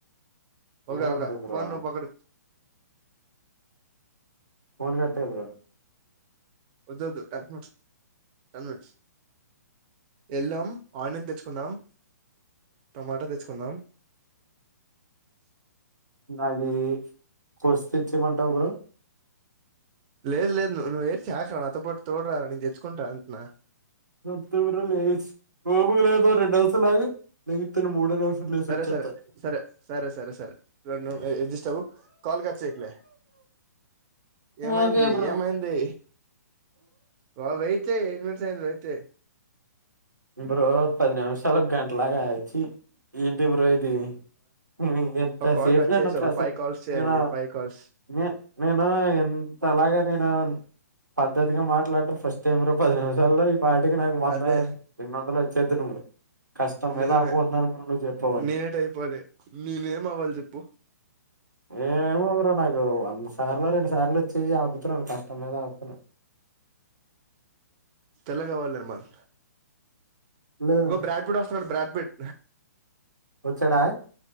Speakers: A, on the right; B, on the right.
A: ఒకే
B: ఏం
A: ఓకే
B: వద్దు బ్రో
A: ఫోన్ పక్కడు
B: ఫోన్ కట్టే బ్రో
A: వద్దు వద్దు <unintelligible> ఎల్లం ఆనియన్ తెచ్చుకున్నాం టమాటా తెచ్చుకున్నాం
B: నాకి కోస్ తెచ్చియమంటావా బ్రో
A: లేదు లేదు నువ్వు <unintelligible> నాతోపాటు తోడు రారా నేను తెచ్చుకుంటా అంటున్నా
B: రేపు తొందరగా లేసే ఓపిక లేదు <unintelligible> లెగిస్తాను మూడో నిమిషం లేసి
A: సరే
B: వచ్చేత్తా
A: సరే సరే సరే సరే సర ఎడ్జస్ట్ అవు కాల్ కట్ చేయకులే ఏమైంది
B: ఓకే బ్రో
A: ఏమైంది వా వెయిట్ అంతే ఎయిట్ మినిట్స్ అయింది రైట్
B: బ్రో పది నిమిషాలు ఒక గంటలాగా ఛీ ఏంది బ్రో ఇది హు ఎంత
A: ఒక కాల్
B: సేపు
A: కట్
B: నన్ను
A: చేసావు
B: ప్రస
A: ఫైవ్ కాల్స్ చేయాలి
B: నేను
A: ఫైవ్ కాల్స్
B: నే నేను ఎన్ అలాగే నేను పద్దతిగా మాట్లాడం ఫస్ట్ టై బ్రో పది నిముషాలు జోల్లో ఈ పాటికి నాకు వంద
A: అదే
B: ఎమి వందలు ఇచ్చేదురు అన్నమాట కష్టం మీద
A: నిజమే
B: ఆపుకుంటున్నాను ఇప్పుడు నువ్వు చెప్పవని
A: నేనేట్ అయిపోలే నేనేం అవ్వాలి చెప్పు
B: ఏమో ఇప్పటికి నాకు వంద సార్లో రెండు సార్లు వచ్చేయ్ ఆపుతున్నన్ కష్టమీద ఆపుతున్న
A: తెల్లగా అవ్వాలి నిర్మల్
B: లేదన్న
A: ఇగో బ్రాడ్ బీడ్ వస్తున్నాడు బ్రాడ్ బీడ్
B: వచ్చాడా